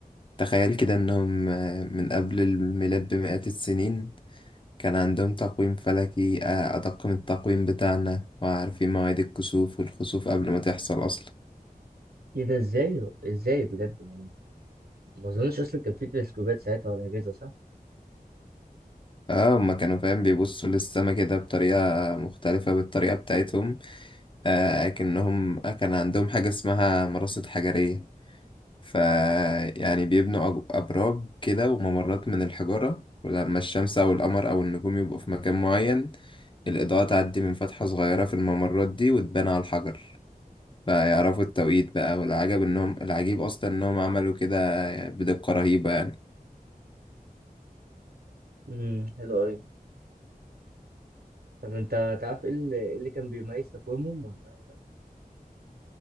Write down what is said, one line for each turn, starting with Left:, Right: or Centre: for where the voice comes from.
Left: تخيل كده إنهم آه، من قبل الميلاد بمئات السنين كان عندهم تقويم فلكي آه، أدق من التقويم بتاعنا وعارفين مواعيد الكسوف والخسوف قبل ما تحصل أصلا
Right: ايه ده ازاي ازاي بجد يعني ما اظنش اصلا كان في تلسكوبات ساعتها ولا اجهزة صح
Left: اه هما كانوا فاهم بيبصوا للسما كده بطريقة مختلفة بالطريقة بتاعتهم آه كأنهم كان عندهم حاجة اسمها مراصد حجرية ف يعني بيبنوا أج- أبراج كده وممرات من الحجارة ولما الشمس أو القمر أو النجوم يبقوا في مكان معين الإضاءة تعدي من فتحة صغيرة في الممرات دي وتبان على الحجر فيعرفوا التوقيت بقى والعجب إنهم العجيب أصلا إنهم عملوا كده بدقة رهيبة يعني
Right: امم حلو قوي طب انت تعرف ايه اللي, إيه اللي كان بيميز تقويمهم ولا لا؟